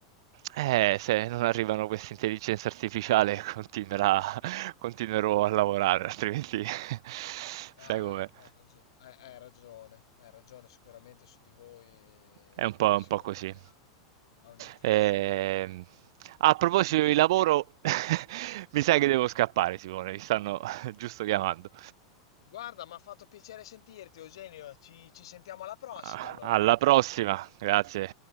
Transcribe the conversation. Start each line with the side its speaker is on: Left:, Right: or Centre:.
Right: Eh, se non arrivano queste intelligenze artificiali continuerà <laughs> continuerò a lavorare, altrimenti <laughs> sai
Left: Ah,
Right: com'è.
Left: hai ragio- hai- hai ragione, hai ragione, sicuramente su di voi, eh,
Right: È un po',
Left: sicuramente
Right: un po' così.
Left: ha, ha un influsso
Right: Ehm,
Left: importante.
Right: a proposito di lavoro, <laughs> mi sa che devo scappare, Simone, mi stanno <laughs> giusto chiamando.
Left: Guarda, mi ha fatto piacere sentirti, Eugenio, ci ci sentiamo alla prossima
Right: Ah,
Left: allora.
Right: Alla prossima, grazie.